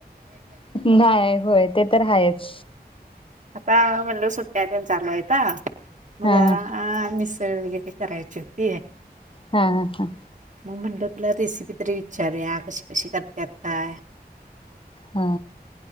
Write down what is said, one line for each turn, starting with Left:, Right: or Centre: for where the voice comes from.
Left: नाही होय ते तर आहेच.
Right: आता म्हणलं सुट सुट्या तेन चालू हायता मग
Left: हा
Right: जरा अ मिस वेगवेगळी करायची होती.
Left: हा हा हा!
Right: म्हणलं तुला रेसिपी तरी विचारूया कशी, कशी करत्यात काय
Left: हा